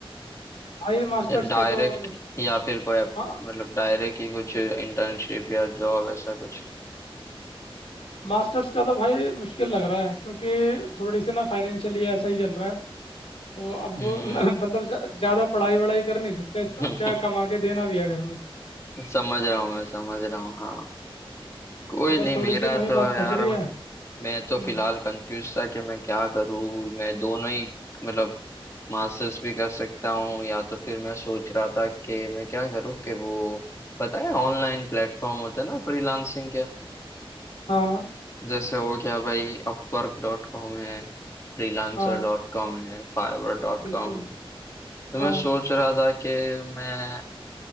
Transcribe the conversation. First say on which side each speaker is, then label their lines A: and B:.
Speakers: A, on the left; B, on the left.
A: भाई मास्टर्स
B: या डायरेक्ट
A: का तो मुश-
B: या फिर कोई अप-
A: मा,
B: मतलब डायरेक्ट ही कुछ इंटर्नशिप या जॉब ऐसा कुछ
A: मास्टर्स का तो भाई मुश्किल लग रहा है क्योंकि थोड़ी सी ना फाइनेंशियली ऐसा ही चल रहा है तो अब वो
B: हम्म
A: <laughs> मतलब ज़्यादा पढ़ाई वढ़ाई कर नहीं सकते
B: <laughs>
A: तो अब क्या कमा के देना भी है घर में
B: समझ रहा हूँ मैं समझ रहा हूँ हाँ कोई
A: तो बस
B: नहीं
A: थोड़ी
B: मेरा
A: सी वही
B: तो
A: बात
B: यार
A: फंस रही
B: <laughs>
A: है
B: मैं
A: हम्म
B: तो फिलहाल कंफ्यूज था कि मैं क्या करूँ मैं दोनों ही मतलब मास्टर्स भी कर सकता हूँ या तो फिर मैं सोच रहा था कि मैं क्या करूँ कि वो पता है ऑनलाइन प्लेटफॉर्म होते हैं ना फ्रीलांसिंग के
A: हाँ
B: जैसे हो गया भाई अपवर्क डॉट कॉम है फ्रीलांसर
A: हाँ
B: डॉट कॉम है फाइवर डॉट
A: बिल्कुल
B: कॉम है तो मैं
A: हाँ
B: सोच रहा था कि मैं